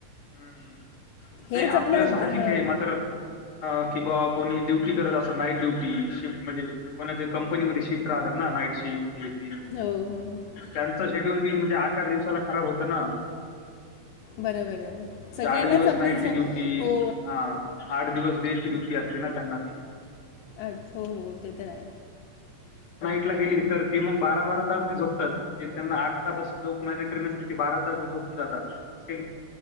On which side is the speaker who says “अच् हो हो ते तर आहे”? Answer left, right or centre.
Left